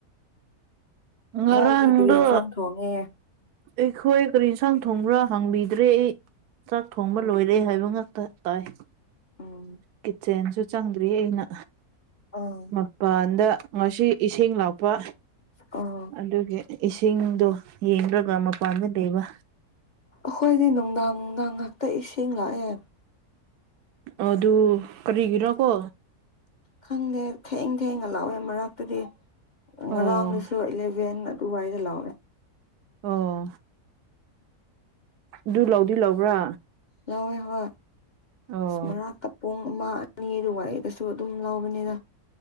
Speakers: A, on the right; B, on the left.
A: ꯉꯔꯥꯡꯗꯨ
B: ꯅꯣꯏꯗꯤ ꯀꯔꯤ ꯌꯦꯟꯁꯥꯡ ꯊꯣꯡꯉꯦ
A: ꯑꯩꯈꯣꯏ ꯀꯔꯤ ꯁꯥꯡ ꯊꯣꯡꯕ꯭ꯔꯥ ꯍꯥꯡꯕꯤꯗ꯭ꯔꯦ ꯑꯩ ꯆꯥꯛ ꯊꯣꯡꯕ
B: ꯑꯣ
A: ꯂꯣꯏꯔꯦ ꯍꯥꯏꯕ ꯉꯥꯛꯇ ꯇꯥꯏ
B: ꯎꯝ
A: ꯀꯤꯠꯆꯦꯟꯁꯨ ꯆꯪꯗ꯭ꯔꯤ ꯑꯩꯅ
B: ꯑ
A: ꯃꯄꯥꯟꯗ ꯉꯁꯤ ꯏꯁꯤꯡ ꯂꯥꯛꯄ
B: ꯑ
A: ꯑꯗꯨꯒꯤ ꯏꯁꯤꯡꯗꯣ ꯌꯦꯡꯔꯒ ꯃꯄꯥꯟꯗ ꯂꯩꯕ
B: ꯑꯩꯈꯣꯏꯗꯤ ꯅꯨꯡꯗꯥꯡ ꯅꯨꯡꯗꯥꯡ ꯉꯥꯛꯇ ꯏꯁꯤꯡ ꯂꯥꯛꯑꯦ
A: ꯑꯗꯨ ꯀꯔꯤꯒꯤꯔꯥꯀꯣ
B: ꯈꯪꯗꯦ ꯊꯦꯡ ꯊꯦꯡꯉꯥ ꯂꯥꯛꯋꯦ ꯃꯔꯛꯇꯗꯤ ꯉꯔꯥꯡꯒꯤꯁꯨ
A: ꯑꯣ
B: ꯏꯂꯚꯦꯟ ꯇꯨꯋꯥꯥꯏꯗ ꯂꯥꯎꯋꯦ
A: ꯑꯣ ꯑꯗꯨ ꯂꯧꯗꯤ ꯂꯧꯕ꯭ꯔꯥ
B: ꯌꯥꯎꯋꯦ ꯍꯣꯏ
A: ꯑꯣ
B: ꯑꯁ ꯃꯔꯥꯛ ꯄꯨꯡ ꯑꯃ ꯑꯅꯤ ꯑꯗꯨꯋꯥꯏꯗꯁꯨ ꯑꯗꯨꯝ ꯂꯧꯕꯅꯤꯗ